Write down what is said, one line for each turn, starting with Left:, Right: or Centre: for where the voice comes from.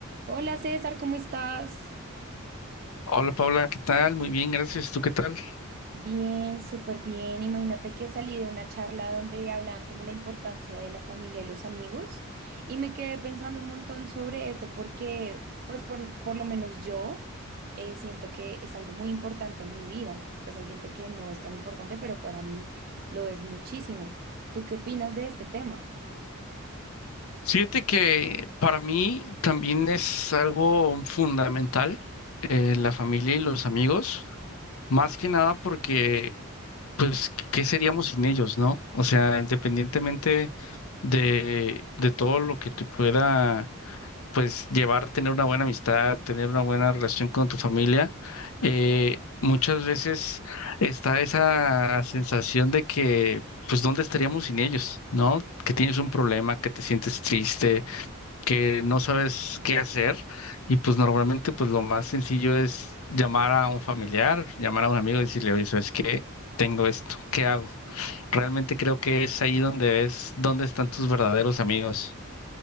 Right: Hola César, ¿cómo estás?
Left: Hola Paula, ¿qué tal? Muy bien, gracias. ¿Tú qué tal?
Right: Bien, súper bien. Imagínate que salí de una charla donde hablaban como la importancia de la familia y los amigos y me quedé pensando un montón sobre esto porque pues por, por lo menos yo eh, siento que es algo muy importante en mi vida. Pues hay gente que no es tan importante, pero para mí lo es muchísimo. ¿Tú qué opinas de este tema?
Left: Fíjate que para mí también es algo fundamental eh, la familia y los amigos, más que nada porque, pues, ¿qué seríamos sin ellos, no? O sea, independientemente de, de todo lo que te pueda pues llevar, tener una buena amistad, tener una buena relación con tu familia, eh, muchas veces está esa sensación de que, pues, ¿dónde estaríamos sin ellos? ¿No? Que tienes un problema, que te sientes triste, que no sabes qué hacer y pues normalmente, pues, lo más sencillo es llamar a un familiar, llamar a un amigo y decirle, oye, ¿sabes qué? Tengo esto, ¿qué hago? Realmente creo que es ahí donde es, dónde están tus verdaderos amigos.